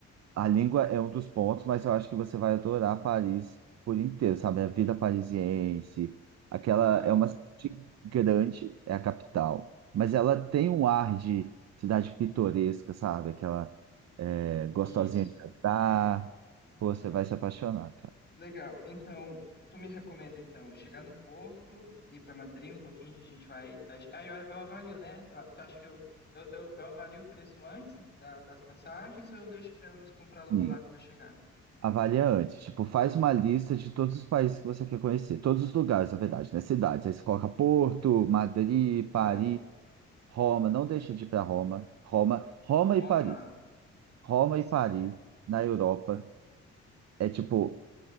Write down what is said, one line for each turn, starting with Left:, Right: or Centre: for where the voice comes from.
Right: a língua é um dos pontos, mas eu acho que você vai adorar Paris por inteiro, sabe? A vida parisiense, aquela
Left: Ah,
Right: é uma cidade grande, é a capital, mas ela tem um ar de cidade pitoresca, sabe? Aquela é, gostosinha
Left: isso.
Right: de andar. Pô, você vai se apaixonar, cara.
Left: Legal. Então, tu me recomenda então chegar no Porto, ir para Madrid um pouquinho, que a gente vai. Ah, eu, eu avalio, né? Eu- Tu acha que eu, eu, eu, eu avalio o preço antes da- das passagens ou eu deixo para eu comprar logo
Right: Sim.
Left: lá quando eu chegar?
Right: Avalia antes, tipo, faz uma lista de todos os países que você quer conhecer, todos os lugares, na verdade, né? Cidades. Aí você coloca Porto, Madrid,
Left: Ah,
Right: Paris, Roma. Não deixa de ir para Roma. Roma, Roma
Left: Roma?
Right: e Paris. Roma
Left: Sério?
Right: e Paris, na Europa, é tipo